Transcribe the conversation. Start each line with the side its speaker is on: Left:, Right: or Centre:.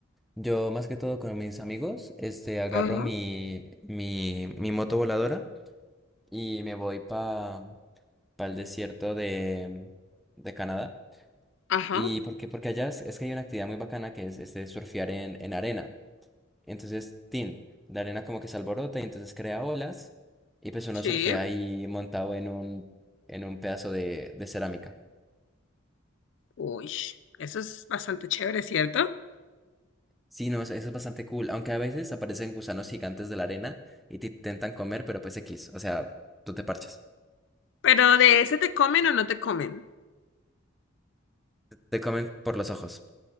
Centre: Yo más que todo con mis amigos, este, agarro
Left: Ajá,
Centre: mi, mi, mi moto voladora y me voy para el desierto de, de Canadá.
Left: ajá,
Centre: ¿Y por qué? Porque allá es, es que hay una actividad muy bacana que es este, surfear en, en arena. Entonces, tin, la arena como que se alborota y entonces crea olas y pues uno
Left: sí.
Centre: surfea ahí montado en un, en un pedazo de, de cerámica.
Left: Uy, eso es bastante chévere, ¿cierto?
Centre: Sí, no, eso eso es bastante cool, aunque a veces aparecen gusanos gigantes de la arena y te intentan comer, pero pues X, o sea, tú te parchas.
Left: Pero de ese te comen o no te comen.
Centre: te comen por los ojos.